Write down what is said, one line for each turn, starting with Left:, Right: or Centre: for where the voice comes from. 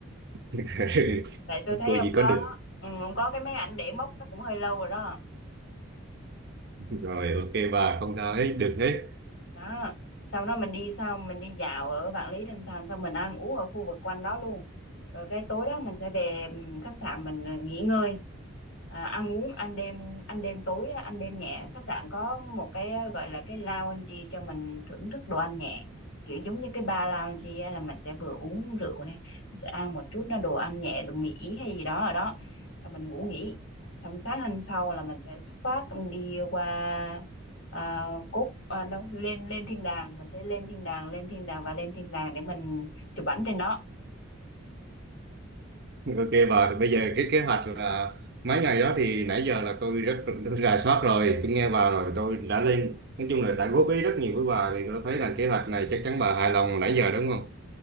Right: <laughs>
Left: tại tôi thấy
Right: Tôi
Left: ông
Right: gì
Left: có
Right: có được.
Left: ừ, ông có cái máy ảnh để mốc nó cũng hơi lâu rồi đó
Right: Rồi ok bà, không sao hết, được hết.
Left: đó sau đó mình đi sau mình đi dạo ở Vạn Lý Trường Thành xong mình ăn uống ở khu vực quanh đó luôn rồi cái tối đó mình sẽ về ừm, khách sạn mình à, nghỉ ngơi à, ăn uống ăn đêm ăn đêm tối á, ăn đêm nhẹ khách sạn có một cái à, gọi là cái lounge cho mình thưởng thức đồ ăn nhẹ kiểu giống như cái bar lounge á, là mình sẽ vừa uống rượu này mình sẽ ăn một chút nó đồ ăn nhẹ đồ Mỹ hay gì đó ở đó là mình ngủ nghỉ xong sáng hôm sau là mình sẽ xuất phát đi qua à, cốt à, đâu, lên lên thiên đàng mình sẽ lên thiên đàng lên thiên đàng và lên thiên đàng để mình chụp ảnh trên đó
Right: Ok bà, bây giờ cái kế hoạch là mấy ngày đó thì nãy giờ là tôi rất tôi rà soát rồi, tôi nghe bà rồi, tôi đã lên nói chung là đã góp ý rất nhiều với bà thì tôi thấy là kế hoạch này chắc chắn bà hài lòng nãy giờ đúng không?